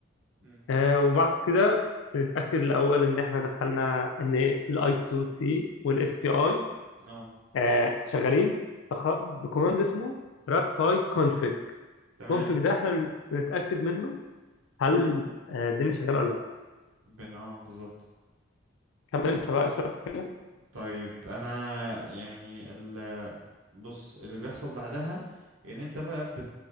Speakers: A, on the right; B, on the left.
A: امم
B: آه وبعد كده نتاكد الاول ان احنا دخلنا ان الاي تو سي والاس بي اي
A: اه
B: آه شغالين بخ- بكوماند اسمه راست باي كونفج
A: تمام
B: كونفج ده احنا بنتاكد منه هل آه، الدنيا شغاله ولا لا
A: بن اه بالظبط
B: كمل انت بقى اشرح كده
A: طيب انا يعني بص اللي بيحصل بعدها ان انت بقى بت...